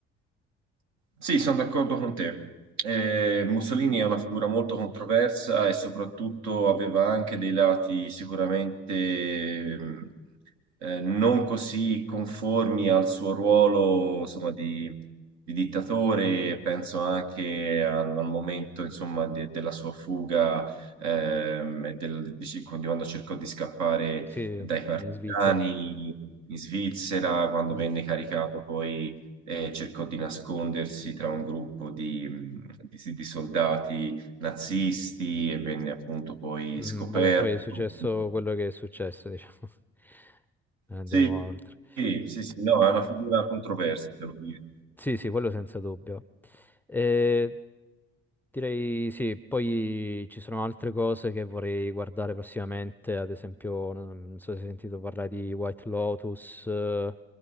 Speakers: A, on the right (about 60°); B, in the centre.
A: Sì, sono d'accordo con te. Eh, Mussolini è una figura molto controversa e soprattutto aveva anche dei lati sicuramente eh, non così conformi al suo ruolo, insomma, di, di dittatore, penso anche al, al momento, insomma, de- della sua fuga, ehm, e del- di di quando cercò di scappare
B: Sì,
A: dai partigiani
B: in Svizzera.
A: in Svizzera, quando
B: Mm,
A: venne caricato poi eh, cercò di nascondersi tra un gruppo di, di- di soldati nazisti e venne appunto poi
B: mm,
A: scoperto.
B: vabbè, poi è successo quello che è successo, diciamo. <laughs> Non Andiamo
A: Sì,
B: oltre.
A: Sì, sì, sì, no, è una figura controversa, devo dire.
B: Sì, sì, quello senza dubbio. Eh, Direi sì, poi ci sono altre cose che vorrei guardare prossimamente, ad esempio, non so se hai sentito parlare di White Lotus, eh,